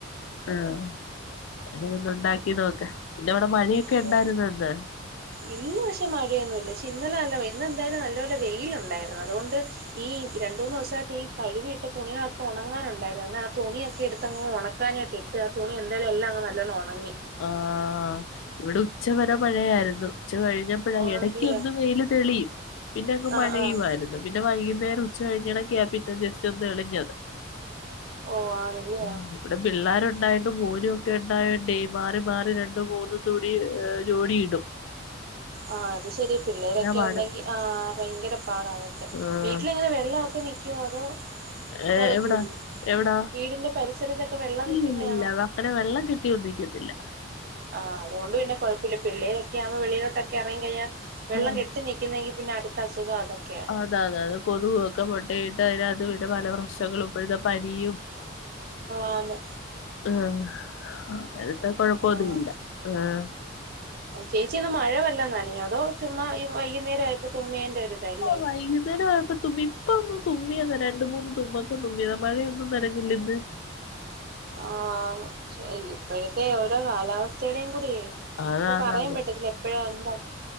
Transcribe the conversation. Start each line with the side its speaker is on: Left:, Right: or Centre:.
Left: ആഹ് അങ്ങനെ ഒന്ന് ഉണ്ടാക്കി നോക്ക് പിന്നവിടെ മഴയൊക്കെ
Right: അത്
Left: ഉണ്ടായിരുന്നൊ ഇന്ന്
Right: ഇന്ന് പക്ഷെ മഴയൊന്നുല്ല പക്ഷെ ഇന്നലെ നല്ല വെയിൽ ഇന്ന് എന്തായാലും നല്ലപോലെ വെയിലുണ്ടായിരുന്നു അതുകൊണ്ട് ഈ രണ്ട് മൂന്ന് ദിവസമായിട്ട് ഈ കഴുവിയിട്ട തുണികളക്കെ ഉണങ്ങാനുണ്ടായിരുന്നു അന്ന് ആ തുണിയൊക്കെ എടുത്തങ്ങ് ഉണക്കാനൊക്കെ ട്ട് ആ തുണിന്തായാലും എല്ലാം അങ് നല്ല പോലെ ഉണങ്ങി
Left: ആഹ് ഇവിടെ ഉച്ചവരെ മഴയായിരുന്നു ഉച്ച കഴി ഞ്ഞപ്പഴ
Right: ആണല്ലിയോ
Left: എടക്ക് ഒന്ന് വെയിൽ തെളിയും പിന്നെ അങ്
Right: ആഹ്
Left: മഴയുവായിരുന്നു
Right: ആഹ്
Left: പിന്നെ വൈകുന്നേരം ഉച്ച കഴിഞ്ഞണക്കയാ ജസ്റ്റ് ഒന്ന് തെളിഞ്ഞത്
Right: ഓഹ് ആണല്ലേ
Left: ഉം ഇവിടെ പിള്ളേരുണ്ടായിട്ടും മോനും ഒക്കെ ഉണ്ടായൊണ്ടേ മാറി മാറി രണ്ടും മൂന്നോ തുണി ജോഡിയിടും
Right: ആഹ് അത് ശെരി പിള്ളേരൊക്കെ
Left: പാട്
Right: ഉണ്ടെങ്കിൽ ആഹ് ഭയങ്കര പാടാതൊക്കെ
Left: ആഹ്
Right: വീട്ടിലെങ്ങനെ വെള്ളവൊക്കെ നിക്കുവോ അതോ
Left: ഏഹ്
Right: കൊഴപ്പോല്ലേ
Left: എവിടാ എവിടാ
Right: വീടിന്റെ പരിസരത്തൊക്കെ വെള്ളം
Left: ഇല്ലില്ലില്ല
Right: നിക്കുന്നെയാണോ?
Left: അങ്ങനെ വെള്ളം കെട്ടിയൊന്നും നിക്കത്തില്ല
Right: ആഹ് അതുകൊണ്ട് പിന്നെ കുഴപ്പമില്ല പിള്ളേരൊക്കെ ആവുമ്പ വെളിലോട്ടൊക്കെ എറങ്ങി കഴിഞ്ഞ വെള്ളം
Left: ആഹ്
Right: കെട്ടി നിക്ക നിക്കുന്നെങ്കിൽ പിന്നെ അടുത്ത അസുഖം അതൊക്കെയാ
Left: അതെ അതെ അത് കൊതുകൊക്കെ മൊട്ടയിട്ട് അതിനകത്ത് പിന്നെ പല പ്രശ്നങ്ങും ഇപ്പഴത്തെ പനിയും
Right: ആന്ന്
Left: ആഹ് കൊഴപ്പൊന്നുല്ല
Right: ആഹ്
Left: ആഹ്
Right: ചേച്ചി ഒന്ന് മഴ വല്ലോ നനഞ്ഞോ അതോ ചുമ്മാ ഈ വൈകുന്നേരം ആയപ്പോ തുമ്മേന്റെ ഒരിത അല്ലേ
Left: വൈകുന്നേരം ആഴപ്പം തുമ്മി ഇപ്പ ഒന്നും തുമ്മിയതാ രണ്ട് മൂന്ന് തുമ്മക്കെ തുമ്മിയതാ മഴയൊന്നും നനഞ്ഞില്ല ഇന്ന്
Right: ആഹ് ഇപ്പഴത്തെ ഓരോ കാലാവസ്ഥയുടെയും കൂടിയേ
Left: അതാണത്
Right: ഇത് പറയാൻ പറ്റത്തില്ല എപ്പഴാ എന്താ